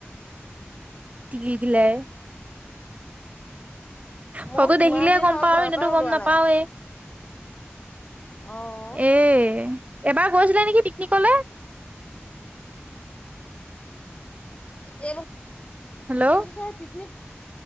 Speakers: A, on the right; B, on the left.
A: দি‌ দিলে।
B: ময়ো
A: ফটো
B: কিমান
A: দেখিলে হে
B: দিন
A: গ'ম
B: হ'ল
A: পাওঁ।
B: ঘৰৰ
A: এনেতো
B: পৰাই ওলোৱা
A: গ'ম নাপাওৱেই।
B: নাই। অ'।
A: এয়ে এবাৰ গৈছিলে নেকি পিকনিকলে?
B: <unintelligible>
A: হেল্ল'
B: পিকনিক